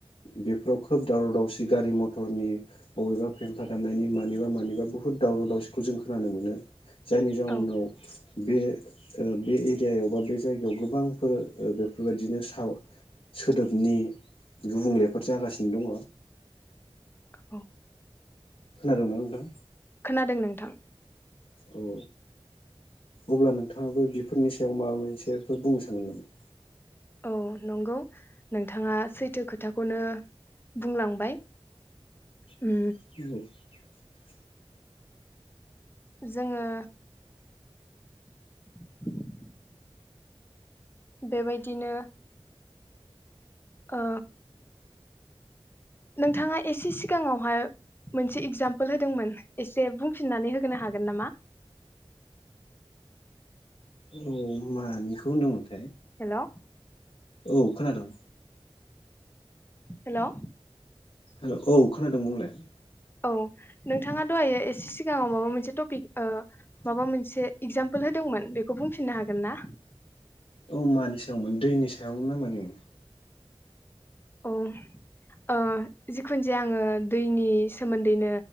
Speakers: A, on the left (about 65°); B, on the left (about 20°).
A: बेफोराव खोब दावराव दावसि गारि मथर <unintelligible> फेम्फा दामनायनि मानिबा मानिबा बहुत दावराव दावसिखौ जों खोनानो मोनो जायनि जाउनाव
B: औ
A: बे ओ बे एरियायाव बा बे जायगायाव गोबांफोर बेफोरबायदिनो ओ स सोदोबनि गुबुंलेफोर जागासिनो दङ
B: औ
A: खोनादों ना नोंथां
B: खोनादों नोंथां
A: औ अब्ला नोंथाङाबो बेफोरनि सायाव माबा मोनसेफोर बुंनो सांगोन नामा?
B: औ नंगौ नोंथाङा सैथो खोथाखौनो बुंलांबाय।
A: <inaudible>
B: उम जोङो <inaudible> बेबायदिनो ओ नोंथाङा एसे सिगाङावहाय मोनसे एगजामपोल होदोंमोन एसे बुंफिननानै होनो हागोन नामा?
A: औ मानिखौ होनदोंमोन
B: हेलौ।
A: औ खोनादों।
B: हेलौ।
A: हेलौ औ। खोनादों बुंलाय
B: औ नोंथाङा दहायो एसे सिगाङाव माबा मोनसे टपिक ओ माबा मोनसे एगजामपोल होदोंमोन बेखौ बुंफिननो हागोन ना
A: औ मानि सायावमोन दैनि सायाव ना मानिमोन
B: औ ओ जिखुनु जाया आङो दैनि सोमोन्दैनो